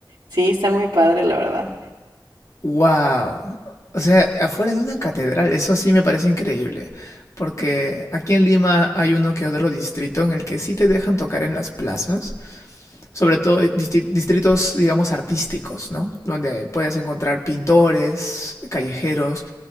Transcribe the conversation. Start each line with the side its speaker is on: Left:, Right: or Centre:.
Right: sí, está muy padre, la verdad.
Left: Wow. O sea, afuera de una catedral, eso sí me parece increíble. Porque aquí en Lima hay uno que otro distrito en el que sí te dejan tocar en las plazas, sobre todo disti- distritos, digamos, artísticos, ¿no? Donde puedes encontrar pintores, callejeros,